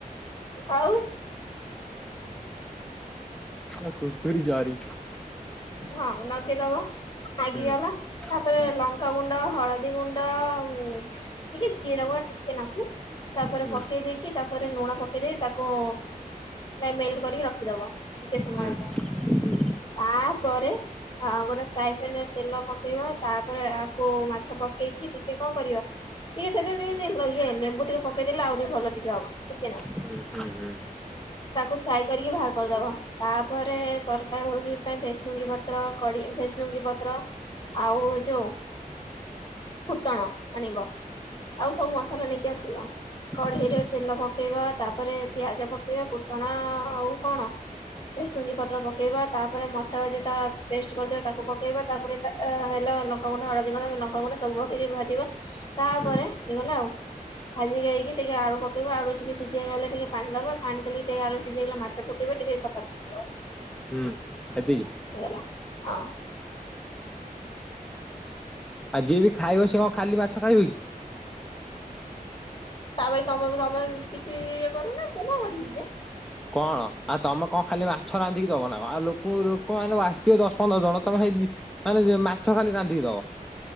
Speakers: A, on the left; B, in the centre.
A: ଆଉ।
B: ନା କୁର୍କୁରି ଜରି।
A: ହଁ ନଗେଇଦବ ନାଗିଗଲା
B: ହୁଁ
A: ତାପରେ
B: ହୁଁ
A: ଲଙ୍କା ଗୁଣ୍ଡ ହଳଦୀ ଗୁନ୍ ଣ୍ଡ ଆଉ ଟିକେ ଜିରା ଗୁଣ୍ଡ ଟିକେ ନାକୁ ତାପରେ
B: ହୁଁ
A: ପକେଇ ଦେଇକି କି ତା ପରେ ଲୁଣ ପକେଇ ଦେଇକି ତାକୁ ନାଇ ମେଲଟ କରିକି ରଖିଦବ ଟିକେ ସମୟ
B: ହୁଁ
A: ପାଇଁ।
B: ହୁଁ ହୁଁ
A: ତାପରେ ଆ ଗୋଟେ ଫ୍ରାଏ ପ୍ୟାନ ରେ ତେଲ ପକେଇବା ତାପରେ ଆକୁ ମାଛ ପକେଇକି ଟିକେ କଣ କରିବ? ଟିକେ ସେଥିରେ ଟିକେ ଲେ ନ ଏ ଲେମ୍ବୁ ଟିକେ ପକେଇ ଦେଲେ ଆଉ ଟିକେ ଭଲ ହବ ଟିକେ ନାକୁ।
B: ହୁଁ ହୁଁ ହୁଁ।
A: ତାକୁ ଫ୍ରାଏ କରିକି ଭାହାର କରିଦବ ତାପରେ ତରକାରୀ ଫକାରି ପାଇଁ ଭେସ୍ ଭେସୁଙ୍ଗି ପତ୍ର କଡି ଭେସୁଙ୍ଗୀ ପତ୍ର ଆଉ ଯୋଉ ଫୁଟଣ ଆଣିବ ଆଉ ସବୁ ମସଲା ନେଇକି ଆସିବ। କଢେଇରେ
B: ହୁଁ
A: ତେଲ ପକେଇବା ତାପରେ ପିଆଜ ପକେଇବ। ଫୁଟଣ ଆଉ କଣ? ଭେସୁଙ୍ଗି ପତ୍ର ପକେଇବ। ତାପରେ ମସଲା ଯ ତା ପେଷ୍ଟ କରିଥିବ ତାକୁ ପକେଇବା ତାପରେ ଏଟା ଏ ହେଲା ଲଙ୍କା ଗୁଣ୍ଡ, ହଳଦୀ ଗୁଣ୍ଡ, ଲଙ୍କା ଗୁଣ୍ଡ ସବୁ ପକେଇକି ଭାଜିବ। ତା
B: ହୁଁ
A: ପରେ ହେଇଗଲା ଆଉ। ଭାଜିି ଦେଇକି ଟିକେ ଆଳୁ ପକେଇବ ଆଳୁ ଟିକେ ସିଝୀ ଗଲେ ଟିକେ ପାଣି ଦବା ପାଣି ଦେଲେ ଟିକେ ଆଳୁସିଝୀ ଗଲେ ମାଛ ପକ ଇବ ଟିକେ ଖଟା ପକେଇବ।
B: ହୁଁ। ଏତିକି
A: ଏ ଗଲା <inaudible>
B: ଆଉ ଯିଏ ବି ଖାଇବ ସେ କଣ ଖାଲି ବାଛ ଖାଇବ କି?
A: ତାପଇ ତମକୁ ସମମେ କିଛି ଇଏ କରିଅ ନା ମୁ କଣ କରିବି ଯେ।
B: କଣ ଆଉ ତମ କଣ ଖାଲି ମାଛ ରାନ୍ଧିକି ଦବ ନା କ ଆଉ ଲୁକୁ ଲୁ ଲୋକମାନେ ତୀୟ ଦଶ, ପନ୍ଦର ଜଣ ତମେ ଖାଇ ଦି ମାନେ ମା ମାଛ ଖାଲି ରାନ୍ଧିକିଦବ।